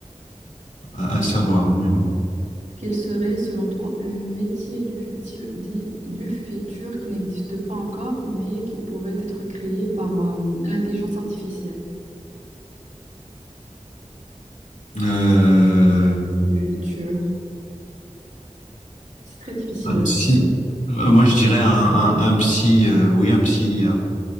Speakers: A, on the left; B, on the right.
A: à- à savoir, hein, mais bon.
B: quel serait, selon toi, le métier du futur, dit, du futur qui n'existe pas encore, mais qui pourrait être créé par euh, l'intelligence artificielle
A: Euh,
B: du futur? C'est très difficile
A: un
B: à
A: psy.
B: dire.
A: Euh, Moi, je dirais un, un, un psy, euh, oui, un psy.